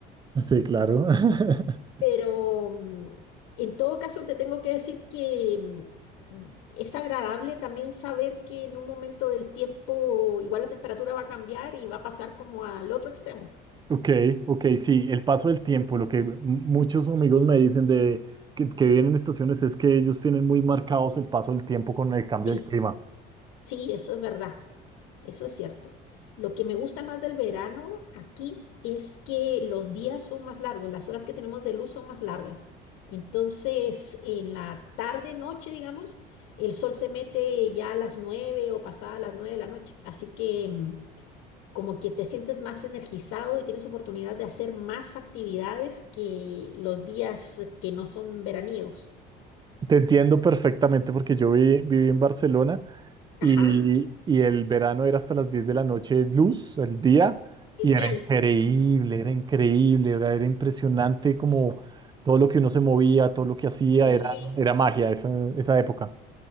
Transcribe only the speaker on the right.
Sí, claro. <laughs>
Ok, ok, sí, el paso del tiempo, lo que m- muchos amigos me dicen de que, que viven en estaciones es que ellos tienen muy marcados el paso del tiempo con el cambio
del clima.
Te entiendo perfectamente porque yo vi- viví en Barcelona y,
y el verano era hasta las 10 de la noche luz, el día,
y era increíble, era increíble, era, era impresionante como todo lo que uno se movía, todo lo que hacía,
era, era magia esa, esa época.